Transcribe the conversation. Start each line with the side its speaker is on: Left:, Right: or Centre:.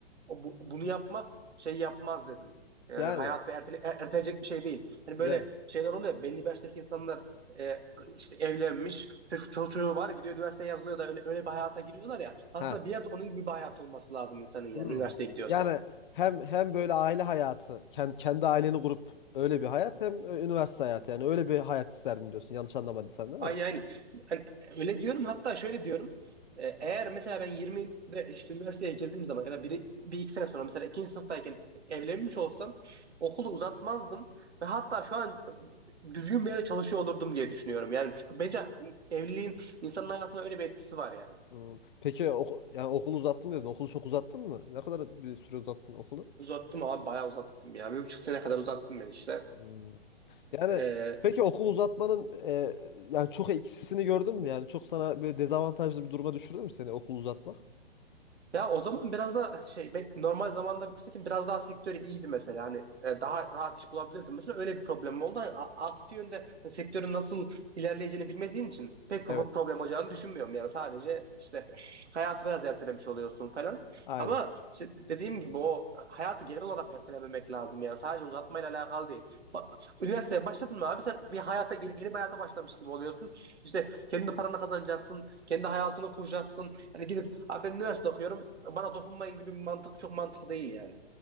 Right: o, bu- bunu yapmak şey yapmaz dedim. Yani
Left: Yani
Right: hayatı ertele, e- erteleyecek bir şey değil. Hani böyle
Left: yani
Right: şeyler oluyor. ya, Belli bir yaştaki insanlar e, işte evlenmiş, çocuk, çocuğu var, gidiyor üniversiteye yazılıyor da öyle, öyle bir hayata giriyorlar ya. Aslında
Left: ha
Right: bir yerde onun gibi bir hayat olması lazım insanın yani
Left: Hmm.
Right: üniversiteye gidiyorsa.
Left: Yani hem hem böyle aile hayatı, kendi, kendi aileni kurup öyle bir hayat hem e, üniversite hayatı yani öyle bir hayat isterdim diyorsun. Yanlış anlamadıysam değil
Right: Ay
Left: mi?
Right: yani hani öyle diyorum hatta şöyle diyorum. Ee, Eğer mesela ben 20'de işte üniversiteye girdiğim zaman ya da biri, bir iki sene sonra mesela ikinci sınıftayken evlenmiş olsam okulu uzatmazdım ve hatta şu an e, düzgün bir yerde çalışıyor olurdum diye düşünüyorum. Yani bence hani, evliliğin insanın hayatına öyle bir etkisi var yani.
Left: Hmm. Peki oku, yani okulu uzattım dedin. Okulu çok uzattın mı? Ne kadar bir süre uzattın okulu?
Right: Uzattım abi bayağı uzattım ya. Bir buçuk sene kadar uzattım ben işte.
Left: Hmm. Yani
Right: Ee,
Left: peki okul uzatmanın e, yani çok eksisini gördün mü? Yani çok sana böyle dezavantajlı bir duruma düşürdü mü seni okul uzatmak?
Right: Ya o zaman biraz da şey be- normal zamanda bitirseydim biraz daha sektörü iyiydi mesela. Hani e, daha rahat iş bulabilirdim. Mesela öyle bir problemim oldu. Hani a- aksi yönde hani sektörün nasıl ilerleyeceğini bilmediğin için pek
Left: Evet.
Right: bir problem olacağını düşünmüyorum. Yani sadece işte hayatı biraz ertelemiş oluyorsun falan.
Left: Aynen.
Right: Ama işte dediğim gibi o hayatı genel olarak ertelememek lazım yani. Sadece uzatmayla alakalı değil. Ba- Üniversiteye başladın mı abi sen bir hayata yeni, yeni bir hayata başlamış gibi oluyorsun. İşte kendi paranı kazanacaksın, kendi hayatını kuracaksın. Hani gidip abi ben üniversite okuyorum bana dokunmayın gibi bir mantık çok mantıklı değil yani.